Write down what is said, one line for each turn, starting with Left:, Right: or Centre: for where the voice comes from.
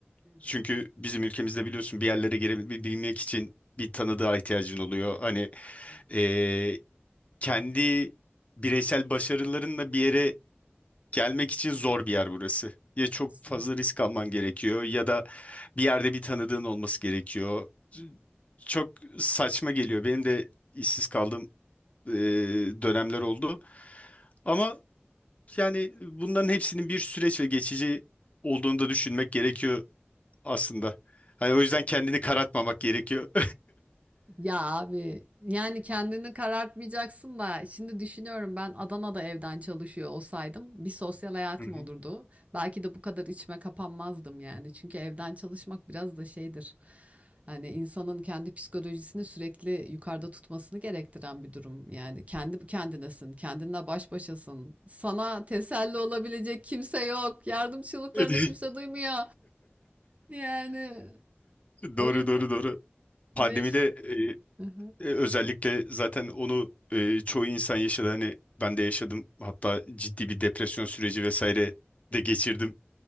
Right: Hı hı,
Left: Çünkü bizim ülkemizde biliyorsun bir yerlere girebilmek için bir tanıdığa ihtiyacın oluyor. Hani
Right: hı hı.
Left: e, kendi bireysel başarılarınla bir yere gelmek için zor bir yer burası. Ya çok
Right: kesinlikle.
Left: fazla risk alman gerekiyor ya da
Right: Hı hı,
Left: bir yerde bir tanıdığın olması gerekiyor.
Right: hı hı.
Left: Çok saçma geliyor. Benim de işsiz kaldığım e, dönemler oldu. Ama yani bunların hepsinin bir süreç ve geçici olduğunu da düşünmek gerekiyor aslında. Hani o yüzden kendini karartmamak gerekiyor. <laughs>
Right: Ya abi yani kendini karartmayacaksın da şimdi düşünüyorum ben Adana'da evden çalışıyor olsaydım bir sosyal hayatım
Left: Hı hı.
Right: olurdu. Belki de bu kadar içime kapanmazdım yani. Çünkü evden çalışmak biraz da şeydir. Hani insanın kendi psikolojisini sürekli yukarıda tutmasını gerektiren bir durum. Yani kendi kendinesin, kendinle baş başasın. Sana teselli olabilecek kimse yok. Yardım çığlıklarını
Left: <laughs>
Right: kimse duymuyor. Yani o
Left: Doğru
Right: yüzden
Left: doğru doğru. Pandemide
Right: beş. Hı hı.
Left: E, Özellikle zaten onu e, çoğu insan yaşadı. Hani ben de yaşadım. Hatta ciddi bir depresyon süreci vesaire
Right: Hı
Left: de
Right: hı.
Left: geçirdim.